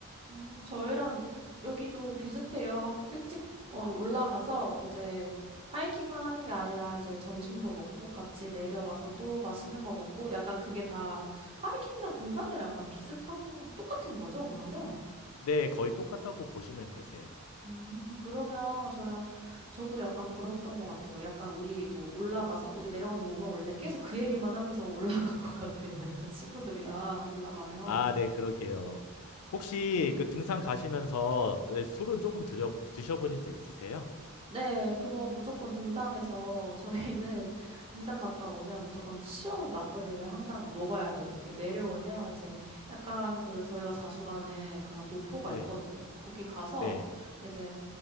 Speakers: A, on the right; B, on the left.
A: 음, 저희랑 여기도 비슷해요. 일찍 어, 올라가서 이제 하이킹만 하는 게 아니라 이제 점심도 먹고 같이 내려와서 또 맛있는 거 먹고 약간 그게 다 하이킹이랑 등산이랑 약간 비슷한 똑같은 거죠, 그러면?
B: 네, 거의 똑같다고 보시면 되세요.
A: 음, 그러면 저희랑 저도 약간 그랬던 것 같아요. 약간 우리 뭐 올라가서 우리 내려가서 뭐 먹을래? 계속 그 얘기만 하면서 올라간 <laughs> 것 같아요. 약간 친구들이랑 올라가면.
B: 아, 네, 그러게요. 혹시 그 등산 가시면서 네, 술은 조금 드려, 드셔보신 적 있으세요?
A: 네, 그거 무조건 등산해서 저희는 <laughs> 등산 갔다 오면 무조건 시원한 막걸리를 항상 먹어야 돼요. 이렇게 내려오면 이제 약간 그 저희가 자주 가는 그런 노포가
B: 네,
A: 있거든요. 거기 가서
B: 네.
A: 이제